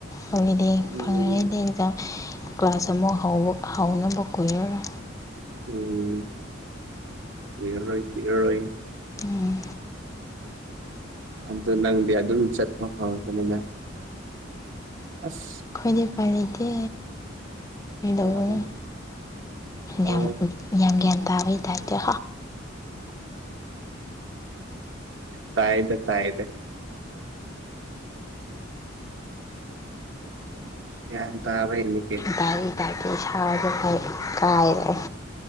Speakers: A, on the left (about 15°); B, on the right (about 75°).
A: ꯑꯩꯒꯤꯗꯤ
B: ꯎꯝ
A: ꯐꯪꯉꯗꯤ ꯑꯦꯛꯖꯥꯝ ꯀ꯭ꯂꯥꯁ ꯑꯃ ꯍꯥꯎꯅꯕ ꯀꯣꯏꯔꯔ
B: ꯎꯝ ꯀꯔꯣꯏ ꯀꯤꯔꯔꯣꯏ
A: ꯎꯝ
B: ꯑꯗꯣ ꯅꯪꯗꯤ ꯑꯗꯨꯝ ꯆꯠꯄ ꯍꯧꯪꯄꯅꯤꯅ ꯑꯁ
A: ꯑꯩꯈꯣꯏꯗꯤ ꯄꯥꯔꯤꯇꯦ ꯀꯩꯗꯧꯕꯅꯤ
B: ꯑ ꯑ
A: ꯌꯥꯝ ꯌꯥꯝ ꯒ꯭ꯌꯥꯟ ꯇꯥꯕꯩ ꯇꯔꯗꯤꯣ
B: ꯇꯥꯏꯗꯦ ꯇꯥꯏꯗꯦ ꯒ꯭ꯌꯥꯟ ꯇꯥꯕ꯭ꯔꯥ ꯌꯦꯡꯉꯨ
A: ꯇꯥꯏꯌꯦ ꯇꯥꯏꯗꯦ ꯏꯁꯥꯐꯥꯎ ꯏꯀꯥꯏꯔꯦ